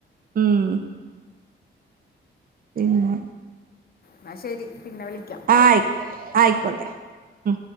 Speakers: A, on the right (about 45°); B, on the left (about 50°).
A: ഉം പിന്നെ
B: ന്നാ ശരി പിന്നെ വിളിക്കാ
A: ആഹ് ആയിക്കോ ആയിക്കോട്ടെ ഉം